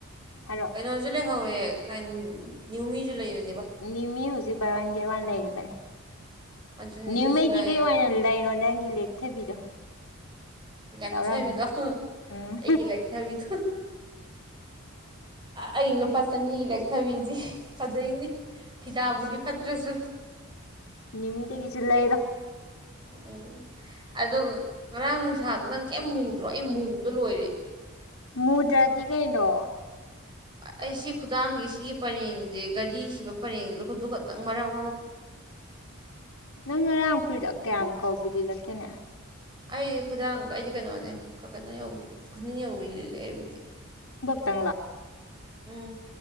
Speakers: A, on the left; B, on the right.
A: ꯍꯥꯏꯔꯛꯑꯣ
B: ꯀꯩꯅꯣꯁꯨ ꯂꯩꯍꯧꯋꯦ ꯅꯅꯤꯌꯨꯃꯤꯁꯨ ꯂꯩꯋ
A: ꯅꯤꯃꯤ ꯍꯧꯖꯤꯛ ꯕꯥꯏꯋꯥꯟ ꯒꯦꯠ ꯋꯥꯟ ꯂꯩꯔꯤꯕꯅꯤ
B: ꯑꯗꯨꯅꯤ
A: ꯅ꯭ꯌꯨꯉꯩꯗꯤ
B: ꯑꯗꯨꯁꯨ ꯂꯩ
A: ꯀꯩ ꯑꯣꯏꯅ ꯂꯩꯔꯣ ꯅꯪꯒꯤ ꯂꯦꯛꯊꯕꯤꯗꯣ
B: ꯂꯥꯛꯊꯕꯤꯗꯣ
A: ꯌꯥꯎꯔꯝꯅꯤ
B: ꯑꯩꯒꯤ
A: ꯎꯝ
B: ꯂꯊꯕꯤꯗꯨ ꯑꯩ ꯂꯨꯄꯥ ꯆꯅꯤꯒꯤ ꯂꯦꯛꯊꯕꯤꯁꯤ ꯐꯖꯩꯅꯤ ꯕꯣꯗꯤ ꯐꯥꯠꯇ꯭ꯔꯁꯨ
A: ꯅꯤꯃꯤꯗꯒꯤꯁꯨ ꯂꯩꯔꯣ
B: ꯎꯝ ꯎꯝ ꯑꯗꯣ ꯉꯔꯥꯡ ꯅꯨꯡꯁꯥꯗꯣ ꯅꯪ ꯀꯔꯤꯝ ꯃꯨꯗ꯭ꯔꯣ ꯑꯩ ꯃꯨꯕꯗ ꯂꯣꯏꯔꯦ
A: ꯃꯨꯗ꯭ꯔꯗꯤ ꯀꯩꯅꯣ
B: ꯑꯩꯁꯤ ꯈꯨꯗꯥꯡꯒꯤ ꯁꯤꯒꯤ ꯄꯔꯦꯡꯁꯦ ꯒꯥꯔꯤꯁꯤꯕ ꯄꯔꯦꯡꯗꯨꯗ ꯈꯨꯗꯨ ꯈꯛꯇꯪ ꯃꯔꯝ ꯑꯣꯏ
A: ꯅꯪ ꯉꯔꯥꯡ ꯐꯨꯔꯤꯗ ꯀꯌꯥꯃꯨꯛ ꯀꯧꯕꯥꯎꯤ ꯂꯤꯂꯛꯀꯦꯅꯦ
B: ꯑꯩꯗꯤ ꯈꯨꯗꯥꯡ ꯑꯩꯗꯤ ꯀꯩꯅꯣꯅꯦ ꯀꯩꯅꯣꯧꯕꯤ ꯈꯨꯗꯤ ꯌꯧꯕꯤ ꯂꯤꯂꯦ ꯑꯩꯕꯨꯗꯤ
A: ꯇꯥ
B: ꯎꯝ